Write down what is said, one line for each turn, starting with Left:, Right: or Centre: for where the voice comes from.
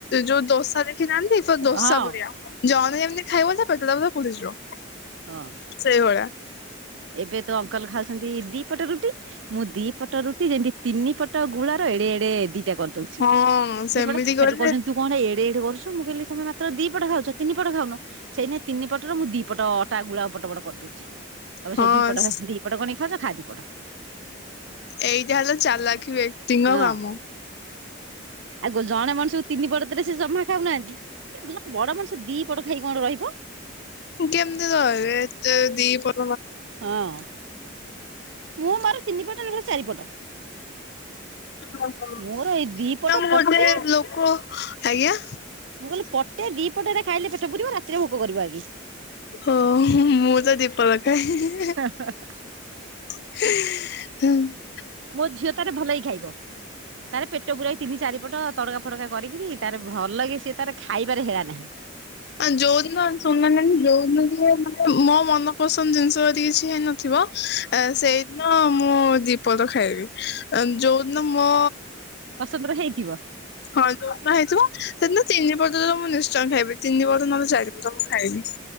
Left: ଯୋଉ ଦୋସା ଦେଖିନାହାନ୍ତି ଦୋସା
Right: ହଁ।
Left: ପରିଆ ଜ ମାନ ଏମତି ଖାଇବ ପେଟା ପୁରା ପୁରିଯିବ।
Right: ହଁ।
Left: ସେଇ ଭଳିଆ
Right: ଏବେ ତ ଅଙ୍କଲ ଖାଉଛନ୍ତି ଦିପଟ ରୁଟି। ମୁଁ ଦି ପଟ ରୁଟି ଯେମିତି ତିନି ପଟ ଗୁଳା ର ଏଡେ ଏଡେ ଦିଟା କରିଦେବି।
Left: ହଁ ସେମିତି
Right: ଦିପଟ
Left: କଲେ
Right: ସେଠୁ କହୁଛନ୍ତି ତୁ କଣ ଏଡେ ଏଡେ କରୁଛୁ ମୁଁ କହିଲି ତମେ ମାତ୍ର ଦି ପଟ ଖାଉଛ ତିନିପଟ ଖାଉନ ସେଇନାଇ ତିିନି ପଟର ମୁଁ ଦିପଟ ଅଟା ଗୁଳା ପଟ ପଟ କରିଦଉଛି। ତମ
Left: ହଁ
Right: ସେ ଦିପଟ ଦିପଟ ଗଣିକି ଖାଉଛ ଖା ଦି ପଟ।
Left: ଏଇଟା ହେଲେ ଚାଲାଖି ବ୍ୟକ୍ତିଙ୍କ
Right: ହଁ
Left: କାମ।
Right: ଆଉ ଜଣେ ମଣିଷକୁ ତିନି ପଟ ଦେଲେ ସେ ଜମା ଖାଉନାହାନ୍ତି ବଡ ମଣିଷ ଦିପଟ ଖାଇ କଣ ରହିବ?
Left: କେମିତି ରହିବେ ଏତେ ଦିପ
Right: ହଁ ମୁଁ ମୋର ତିନି ପଟ ନହେଲୋ ଚାରିପଟ।
Left: <unintelligible>
Right: ମୋର ଏଇ ଦି ପଟ ପଟେ
Left: ଲୋକ ଆଜ୍ଞା
Right: ମୁଁ କହିଲି ପଟେ ଦି ପଟରେ ଖାଇଲେ ପେଟ ପୁରିବ ରାତିରେ ଭୋକ କରିବ ଆଗ କି?
Left: ଓ ମୁଁ ତ ଦୀପଲଖାଏ।
Right: <unintelligible>
Left: <unintelligible>
Right: ମୋ ଝିଅ ତାର ଭଲେଇ ଖାଇବ। ତାର ପେଟ ପୁରାଇ ତିନି ଚାରିପଟ ତଡକା ଫଡକା କରିକିନି ତାର ଭଲ କି ସିଏ ତାର ଖାଇବାରେ ହେଳା ନାହିଁ।
Left: ଯୋଉଦିନ ସୁନା ନାନି ଯୋଉଦିନ ଟିକେ ମାନେ ମୋ ମନ ପସନ୍ଦ ଜିନିଷ କିଛି ହେଇ ନଥିବ ସେଇଦିନ ମୁଁ ଦିପଦ ଖାଇବି ଯୋଉ ନା ମୋ
Right: ପସନ୍ଦର ହେଇଥିବ
Left: ହଁ ଯୋ ହେଇଥିବ ସେଦିନ ତିନିପଟ ତ ମୁଁ ନିଶ୍ଚୟ ଖାଇବି। ତିନିପଟ ନହେଲେ ଚାରିପଟ ମୁଁ ଖାଇବି।